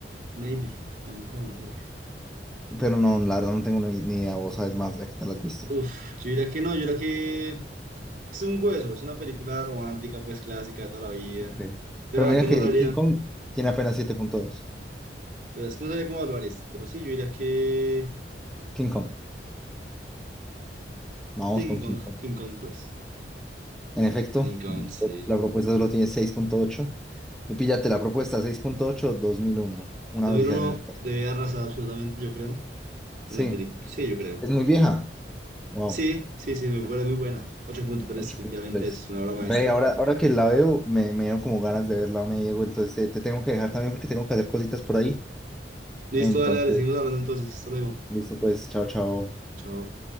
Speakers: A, on the right; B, in the centre.
A: Maybe. A lo mejor, a lo mejor.
B: Pero no, la verdad no tengo ni, ni idea. Vos sabes más, ya que te la has visto.
A: Uf, yo diría que no, yo diría que es un hueso, es una película romántica, pues clásica de toda la vida.
B: Ok.
A: Realmente
B: Pero mira
A: no
B: que
A: sabría,
B: King Kong tiene apenas siete punto dos
A: pero es que no sabría cómo evaluar esta, pero sí, yo diría que.
B: King Kong. Vamos
A: Sí,
B: con
A: King Kong,
B: King Kong.
A: King Kong, pues.
B: En efecto,
A: King Kong, sí.
B: la propuesta solo tiene seis punto ocho Y píllate la propuesta seis punto ocho dos mil uno Una
A: dos mil
B: odisea
A: uno
B: en el espacio.
A: debe arrasar absolutamente, yo creo.
B: Sí,
A: Una película, sí, yo creo.
B: es muy vieja. Wow,
A: Sí, sí, sí, muy buena, muy buena. ocho punto tres
B: ocho
A: efectivamente,
B: punto tres
A: es una obra maestra.
B: Ve, ahora, ahora que la veo, me, me dieron como ganas de verla, me Diego. Entonces te, te tengo que dejar también porque tengo que hacer cositas por ahí.
A: Listo,
B: Entonces,
A: dale, dale, seguimos hablando entonces. Hasta luego.
B: Listo, pues, chao, chao.
A: Chao.